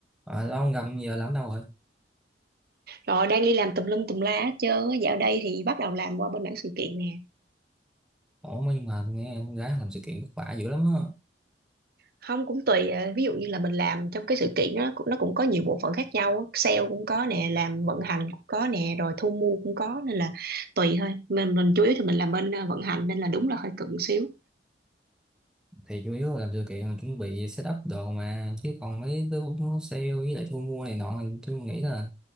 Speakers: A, in the centre; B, on the right.
A: À, lâu không gặp giờ làm đâu rồi
B: Rồi đang đi làm tùm lum tùm la hết trơn á. Dạo đây thì bắt đầu làm qua bên mảng sự kiện nè.
A: ủa mà nhưng mà tôi nghe con gái làm sự kiện vất vả dữ lắm á
B: Không cũng tùy à, ví dụ như là mình làm trong cái sự kiện đó nó cũng- nó cũng có nhiều bộ phận khác nhau, á. sale cũng có nè, làm vận hành cũng có nè, rồi thu mua cũng có nên là tùy thôi. Mình mình chủ yếu thì mình làm bên à, vận hành nên là đúng là hơi cận xíu.
A: thì chủ yếu là làm sự kiện là chuẩn bị setup đồ mà chứ còn mấy đứa nó sale với lại thu mua này nọ tôi nghĩ là